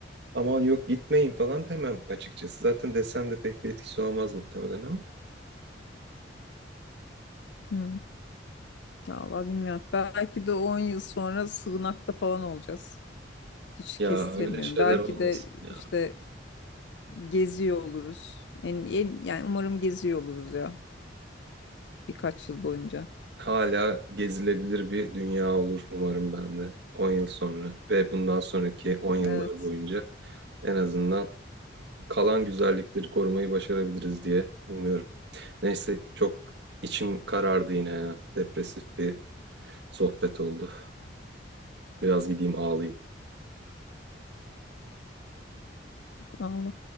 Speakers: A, on the right; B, on the left.
A: aman yok gitmeyin falan demem açıkçası. Zaten desem de pek bir etkisi olmaz muhtemelen ama.
B: Hı. Vallahi bilmiyorum. Belki de 10 yıl sonra sığınakta falan olacağız. Hiç
A: Ya
B: kestiremiyorum.
A: öyle şeyler
B: Belki
A: olmasın
B: de
A: ya.
B: işte geziyor oluruz. En, en, yani umarım geziyor oluruz ya birkaç yıl boyunca.
A: Hala gezilebilir bir dünya olur umarım ben de 10 yıl sonra ve bundan sonraki 10 yıllar
B: Evet.
A: boyunca en azından kalan güzellikleri korumayı başarabiliriz diye umuyorum. Neyse çok içim karardı yine ya. Depresif bir sohbet oldu. Biraz gideyim ağlayayım.
B: Allah.